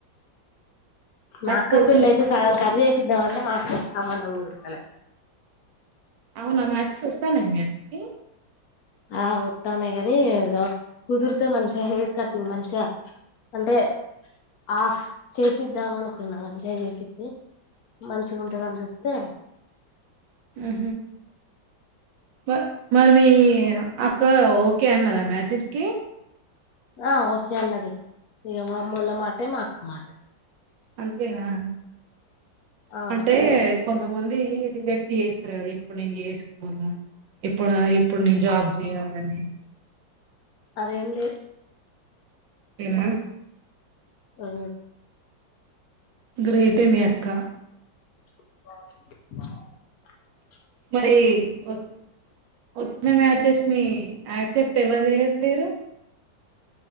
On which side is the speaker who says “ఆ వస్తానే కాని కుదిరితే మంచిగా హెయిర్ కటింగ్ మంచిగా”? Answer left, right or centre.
Left